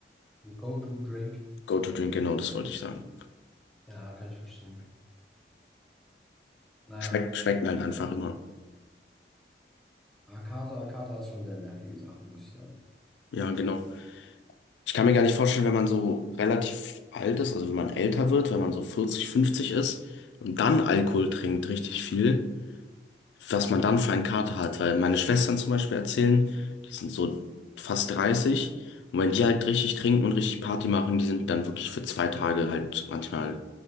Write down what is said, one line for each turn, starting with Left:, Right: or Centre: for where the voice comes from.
Centre: Go-to-Drink.
Left: Go-to-Drink, genau, das wollte ich sagen.
Centre: Ja, kann ich verstehen. Naja,
Left: Schmeckt, schmeckt mir halt einfach immer.
Centre: Hakata, Hakata ist schon sehr nervige Sache, muss ich sagen.
Left: Ja,
Centre: Also,
Left: genau. Ich kann mir gar nicht vorstellen, wenn man so relativ alt ist, also wenn man älter wird, wenn man so 40, 50 ist und dann Alkohol trinkt, richtig viel, was man dann für einen Kater hat. Weil meine Schwestern zum Beispiel erzählen, die sind so fast 30 und wenn die halt richtig trinken und richtig Party machen, die sind dann wirklich für zwei Tage halt manchmal